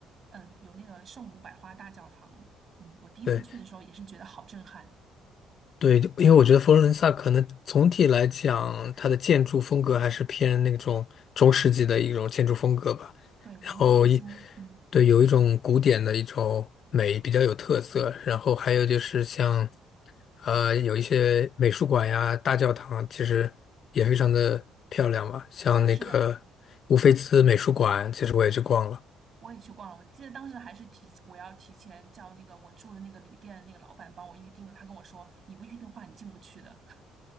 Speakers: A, on the right (about 35°); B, on the left (about 40°).
A: 嗯，有那个圣母百花大教堂。嗯，我第一次去的时候也是觉得好震撼。
B: 对，对，因为我觉得佛罗伦萨可能总体来讲，它的建筑风格还是偏那种中世纪的一种建筑风格吧。
A: 对，文艺复兴。
B: 然后一，
A: 嗯，
B: 对，有一种古典的一种美，比较有特色。然后还有就是像，呃，有一些美术馆呀、大教堂，其实也非常的漂亮嘛。像那个乌菲兹美术馆，
A: 是的，是的。
B: 其实我也去逛了。
A: 我也去逛了，我记得当时还是提我要提前叫那个我住的那个旅店的那个老板帮我预定了，他跟我说你不预定的话你进不去的。<laughs>